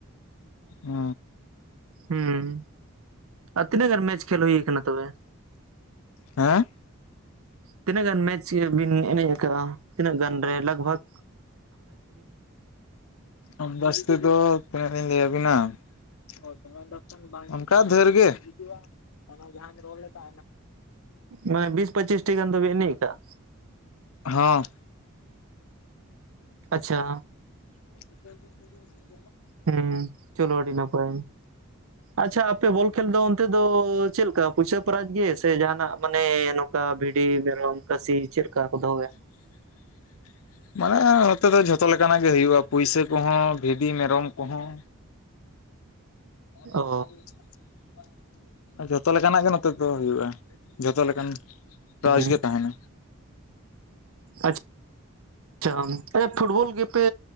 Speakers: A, on the left (about 75°); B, on the right (about 75°).
A: ᱚ
B: ᱦᱩᱸ ᱟᱨ ᱛᱤᱱᱟᱹᱜ ᱜᱟᱱ ᱢᱮᱪ ᱠᱷᱮᱞ ᱦᱩᱭ ᱠᱟᱱᱟ ᱛᱚᱵᱮ
A: ᱦᱮᱸ
B: ᱛᱤᱱᱟᱹᱜ ᱜᱟᱱ ᱢᱮᱪ ᱵᱤᱱ ᱮᱱᱮᱡ ᱠᱟᱜᱼᱟ ᱛᱤᱱᱟᱹᱜ ᱜᱟᱱ ᱨᱮ ᱞᱟᱜ ᱵᱷᱟᱜᱽ
A: ᱟᱱᱫᱟᱪ ᱛᱮᱫᱚ ᱛᱤᱱᱟᱹᱜ ᱞᱤᱧ ᱞᱟᱹᱭ ᱟᱵᱤᱱᱟ ᱯᱮᱢᱮᱱᱴ ᱫᱚ ᱮᱠᱷᱚᱱ ᱵᱟᱝ ᱦᱤᱡᱩᱜ ᱟ ᱚᱱᱟ ᱡᱟᱸᱦᱟᱢ ᱨᱚᱲ ᱞᱮᱫᱟ
B: ᱢᱟ ᱵᱤᱥ ᱯᱚᱸᱪᱤᱥᱴᱤ ᱜᱟᱱ ᱫᱚ ᱵᱮᱱ ᱮᱱᱮᱡ ᱠᱟᱜᱼᱟ
A: ᱦᱚᱸ
B: ᱟᱪᱪᱷᱟ
A: <inaudible>
B: ᱦᱩᱸ ᱪᱚᱞᱚ ᱟᱹᱰᱤ ᱱᱟᱯᱟᱭ ᱟᱪᱪᱷᱟ ᱟᱯᱮ ᱵᱚᱞ ᱠᱷᱮᱞ ᱫᱚ ᱚᱱᱛᱮ ᱫᱚ ᱪᱮᱫ ᱞᱮᱠᱟ ᱯᱩᱭᱥᱟᱹ ᱯᱮᱨᱟᱤᱡ ᱜᱮ ᱥᱮ ᱡᱟᱦᱟᱸᱱᱟᱜ ᱢᱟᱱᱮ ᱱᱚᱝᱠᱟ ᱵᱷᱤᱰᱤ ᱢᱮᱨᱚᱢ ᱠᱟᱹᱥᱤ ᱪᱮᱫ ᱠᱟ ᱠᱚ ᱫᱚᱦᱚᱭᱟ
A: <inaudible> ᱢᱟᱱᱮ ᱱᱚᱛᱮ ᱫᱚ ᱡᱷᱚᱛᱚ ᱞᱮᱠᱟᱱᱟᱜ ᱜᱮ ᱦᱩᱭᱩᱜᱼᱟ ᱯᱩᱭᱥᱟᱹ ᱠᱚᱦᱚᱸ ᱵᱷᱤᱰᱤ ᱢᱮᱨᱚᱢ ᱠᱚᱦᱚᱸ <inaudible>
B: ᱚ
A: ᱡᱷᱚᱛᱚ ᱞᱮᱠᱟᱱᱟᱜ ᱜᱮ ᱱᱚᱛᱮ ᱫᱚ ᱦᱩᱭᱩᱜᱼᱟ ᱡᱷᱚᱛᱚ ᱞᱮᱠᱟᱱ ᱯᱨᱟᱭᱤᱡᱽ
B: ᱦᱩᱸ
A: ᱜᱮ ᱛᱟᱦᱮᱱᱟ
B: ᱟᱪ ᱪᱟ ᱟᱪᱪᱷᱟ ᱯᱷᱩᱴᱵᱚᱞ ᱜᱮ ᱯᱮ